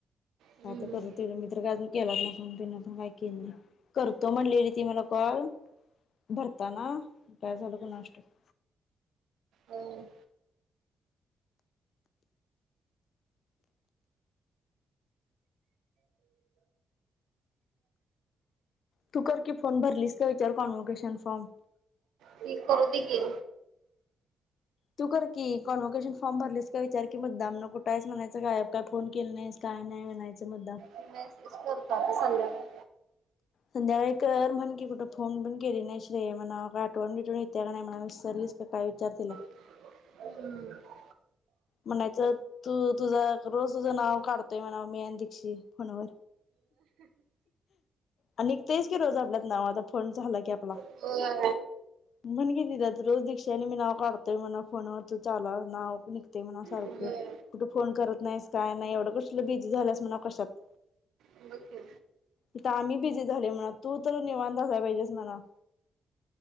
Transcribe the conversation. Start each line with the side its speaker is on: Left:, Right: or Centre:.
Right: हम्म
Left: काय तर करू दे तिकडं मी तर काय केलाच नाही पण त्यां पण काय केलं नाही. करतो म्हणलेली ती मला कॉल भरताना काय झालं कुणास्टाव
Right: हम्म
Left: तू कर की फोन भरलीस का विचार कॉनव्होकेशन फॉर्म
Right: ती करू दी की
Left: तू कर की कॉन्वोकेशन फॉर्म भरलीस का विचार की मुदामना कुठायस म्हणायचंय गायदबकाय काय फोन केलं नाहीस. काय नाही म्हणायचं मुद्दाम
Right: मी मसेज करतो आता सगळ्यांना
Left: संध्याकाळी करम्हण की कुठं फोन पण केले नाही. शे मला आठवण बिठवून येत्या का नाही मणा विसरलीस का काय विचार तीला
Right: हम्
Left: म्हणायचं तू तुझा रोज तुझं नाव काढतोय म्हणाव मी आणि दीक्षित फोनवर आणि निकतेच की रोज आपल्यात नावाचा फोन झाला की आपला
Right: होय
Left: म्हण की तिला तर रोज दीक्शी न मी नाव काढतोय म्हणा फोनवर तू चाला नाव निघत ते म्हणाव सारखं
Right: होय
Left: कुठे फोन करत नाहीस काय नाही एवढं कुठं बिझी झालंस म्हणा कशात
Right: <inaudible> वकू..
Left: हितं आम्ही बिझी झालोय म्हणाव तू तर निवांत असाय पाहिजेस म्हणाव